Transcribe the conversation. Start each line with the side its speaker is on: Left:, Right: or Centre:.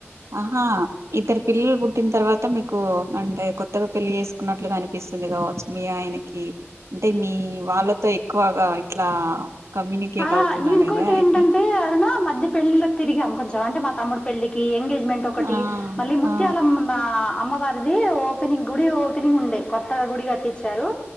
Right: అహా ఇద్దరు పిల్లలు పుట్టిన తర్వాత మీకు అంటే కొత్తగా పెళ్లిి చేసుకున్నట్లు అనిపిస్తుంది కావచ్చు మీ ఆయనకి అంటే మీ వాళ్ళతో ఎక్కువగా ఇట్లా కమ్యూనికేట్
Left: ఆ
Right: అవుతున్నాడు
Left: ఇంకోటి
Right: కదా
Left: ఏంటంటే
Right: ఇక
Left: అరుణ మధ్య పెళ్లిల్లో తిరిగి అనిపించదు అంటే మా తమ్ముడి పెళ్లికి ఎంగేజ్మెంట్ ఒకటి
Right: ఆ
Left: మళ్ళీ ముత్యాలమ్మ
Right: ఆ
Left: ఆ అమ్మవారి అదీ ఓపెనింగ్ గుడి ఓపెనింగ్ ఉండే కొత్తగా గుడి కట్టించారు